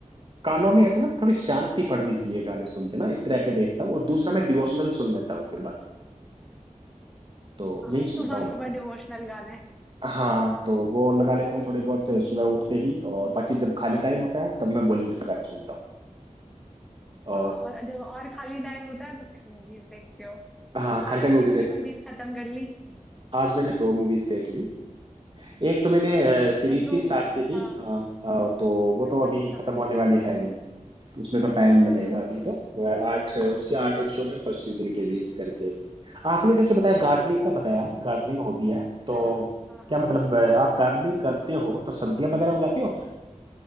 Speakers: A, on the right; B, in the centre.
A: कानों में ऐसे ना थोड़ी शांति पड़नी चाहिए गाने सुन के ना इस तरह के देखता हूँ और दूसरा मैं डिवोशनल सुन लेता हूँ फिर बाकी तो
B: हाँ
A: यही सुनता
B: सुबह
A: हूँ मैं
B: सुबह डिवोशनल गाने
A: हाँ तो वो लगा लेता हूँ थोड़े बहुत सुबह उठते ही और बाकी जब खाली टाइम होता है तब मैं बॉलीवुड के गाने सुनता हूँ और
B: हाँ और जब और खाली टाइम होता है तो फिर मूवीज देखते हो
A: हाँ खाली
B: आज
A: टाइम मूवीज
B: कितनी
A: देख ली
B: मूवीज खत्म कर ली
A: आज मैंने दो मूवीज देख ली एक तो मैंने
B: Oh my God,
A: सीरीज
B: मैं दो
A: भी स्टार्ट की थी
B: हाँ
A: हाँ अ, तो वो
B: अच्छा
A: तो अभी
B: अच्छा
A: खत्म होने वाली है नहीं उसमें तो टाइम
B: हाँ
A: लगेगा
B: हाँ
A: अभी तो वह आठ उसके आठ एपिसोड है फर्स्ट सीजन के बीस करके आपने जैसे बताया गार्डनिंग का बताया कि गार्डनिंग हॉबी है तो
B: हाँ हाँ हाँ
A: क्या
B: हाँ
A: मतलब अ, आप गार्डनिंग करते हो तो सब्जियां वगैरह उगाते हो